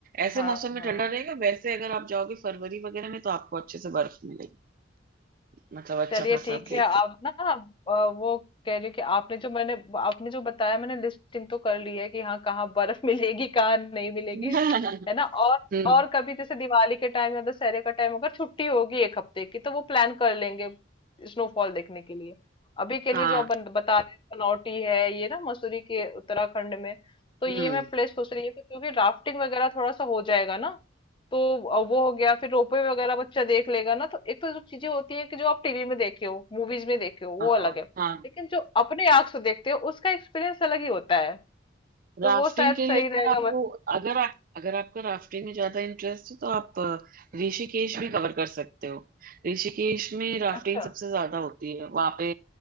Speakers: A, on the right; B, on the left.
A: ऐसे
B: हाँ
A: मौसम में
B: हाँ
A: ठंडा रहेगा वैसे अगर आप जाओगे फरवरी वगैरह में तो आपको अच्छे से बर्फ मिलेगी मतलब अच्छा
B: चलिए
A: खासा
B: ठीक
A: आप देख
B: है
A: सकते
B: आप ना अ, वो कह रही हूँ कि आपने जो मैंने आपने जो बताया मैंने लिस्टिंग तो कर ली है कि हाँ कहाँ बर्फ <laughs> मिलेगी कहाँ नहीं मिलेगी
A: हैं <laughs>
B: है ना और
A: हम्म
B: और कभी जैसे दिवाली के टाइम या दशहरे का टाइम अगर छुट्टी होगी एक हफ्ते की तो वो प्लान कर लेंगे स्नोफॉल देखने के लिए अभी के
A: हाँ
B: लिए जो आप बन- बता रहे हैं पनौटी है ये ना मसूरी के उत्तराखंड में तो ये
A: हम्म
B: मैं प्लेस सोच रही हूँ कि क्योंकि राफ्टिंग वगैरह थोड़ा सा हो जाएगा ना तो अ, वो हो गया फिर रोपवे वगैरह बच्चा देख लेगा ना तो एक तो जो चीजें होती है कि जो आप टीवी में देखे हो मूवीज में देखे हो वो
A: हाँ
B: अलग है
A: हाँ
B: लेकिन जो अपने आंख से देखते हो उसका एक्सपीरियंस अलग ही होता है
A: राफ्टिंग
B: तो वो शायद
A: के लिए
B: सही
A: अगर
B: रहेगा
A: आपको
B: बस
A: अगर आप अगर आपका राफ्टिंग में ज्यादा इंटरेस्ट है तो आप अ, ऋषिकेश भी कवर कर सकते हो ऋषिकेश में राफ्टिंग
B: अच्छा
A: सबसे ज्यादा होती है वहां पे